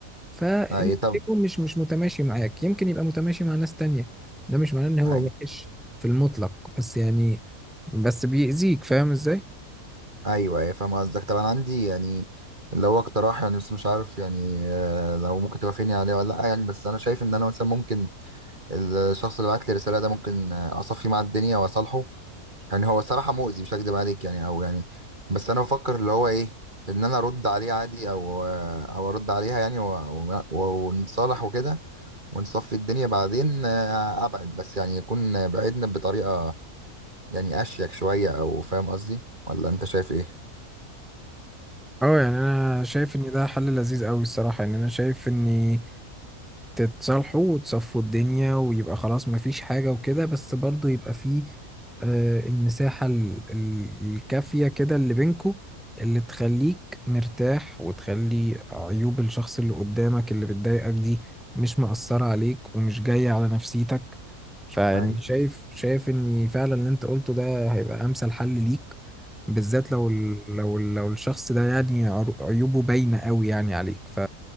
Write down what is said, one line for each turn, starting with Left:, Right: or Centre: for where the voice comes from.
Centre: فانت
Right: أي طب
Centre: يكون مش مش متماشي معاك يمكن يبقى متماشي مع ناس تانية ده مش معناه ان هو
Right: أي
Centre: وحش في المطلق بس يعني بس بيأذيك فاهم ازاي؟
Right: ايوه ايوه فاهم قصدك طب انا عندي يعني لو اقتراح يعني بس مش عارف يعني آه، لو ممكن توافقني عليه ولا لا يعني بس انا شايف ان انا مثلا ممكن الشخص اللي بعت لي الرساله ده ممكن آه، اصفي مع الدنيا واصالحه يعني هو صراحه مؤذي مش هكدب عليك يعني او يعني بس انا بفكر اللي هو ايه ان انا ارد عليه عادي او آه، او ارد عليها يعني و- و- و- ونتصالح وكده ونصفي الدنيا بعدين آه، ابعد بس يعني يكون بعدنا بطريقه يعني اشيك شويه او فاهم قصدي ولا انت شايف ايه؟
Centre: اه يعني انا شايف ان ده حل لذيذ قوي الصراحه يعني انا شايف ان تتصالحوا وتصفوا الدنيا ويبقى خلاص مفيش حاجة وكده بس برضو يبقى فيه آه، المساحة ال- ال- الكافية كده اللي بينكو اللي تخليك مرتاح وتخلي عيوب الشخص اللي قدامك اللي بتضايقك دي مش مأثرة عليك ومش جاية على نفسيتك فيعني
Right: أيوة.
Centre: شايف شايف ان فعلا اللي انت قلته ده هيبقى امثل حل ليك بالذات لو ال... لو ال... لو الشخص ده يعني عر- عيوبه باينة قوي يعني عليك ف